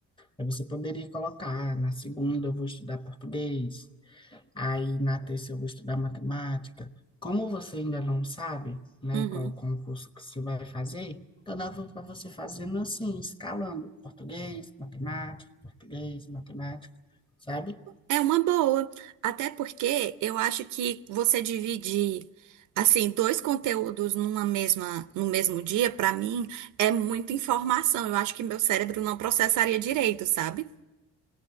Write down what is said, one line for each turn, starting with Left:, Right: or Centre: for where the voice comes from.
Left: Aí você poderia colocar, na segunda eu vou estudar português, Aí na terça eu vou estudar matemática. Como você ainda não sabe, né,
Right: uhum.
Left: qual concurso que você vai fazer, então dá para você fazendo assim, escalando português, matemática, português, matemática, sabe?
Right: É uma boa, até porque eu acho que você dividir assim dois conteúdos numa mesma no mesmo dia, pra mim é muita informação. Eu acho que meu cérebro não processaria direito, sabe?